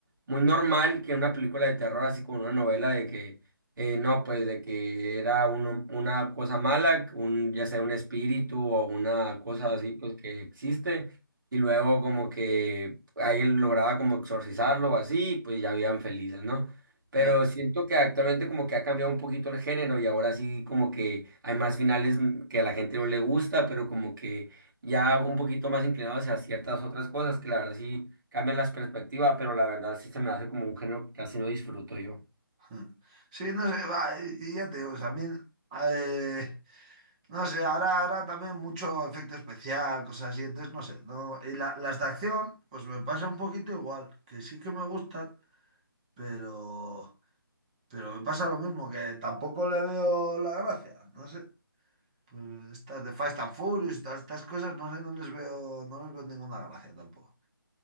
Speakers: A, on the right (about 60°); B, on the right (about 20°).
A: muy normal que una película de terror, así como una novela de que, eh, no, pues de que era uno- una cosa mala, un, ya sea un espíritu o una cosa
B: mm,
A: así, pues que existe. Y luego como que alguien lograba como exorcizarlo o así, pues ya vivían felices, ¿no? Pero
B: mm,
A: siento que actualmente como que ha cambiado un poquito el género y ahora sí como que hay más finales mm, que a la gente no le gusta, pero como que ya un poquito más inclinado hacia ciertas otras cosas que la verdad sí cambian las perspectivas, pero la verdad sí se me hace como un género que casi no disfruto yo.
B: mm. Sí, no sé, va, y y ya te digo, también, eh, no sé, ahora, ahora también mucho efecto especial, cosas así, entonces no sé, no, y la- las de acción, pues me pasa un poquito igual, que sí que me gustan, pero... Pero me pasa lo mismo, que tampoco le veo la gracia. No sé. Pues estas de Fast and Furious, estas, estas cosas, no sé, no les veo, no les veo ninguna gracia tampoco.